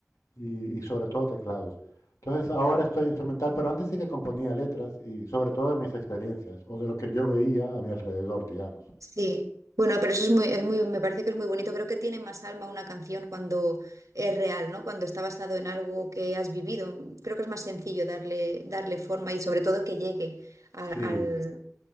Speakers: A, on the left; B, on the right.
A: y, y sobre todo teclados. Entonces ahora estoy instrumental, pero antes sí que componía letras y sobre todo de mis experiencias o de lo que yo veía a mi alrededor, digamos.
B: Sí, bueno, pero eso es muy, es muy, me parece que es muy bonito. Creo que tiene más alma una canción cuando es real, ¿no? Cuando está basado en algo que has vivido. Creo que es más sencillo darle, darle forma y sobre todo que llegue a-
A: Sí.
B: al,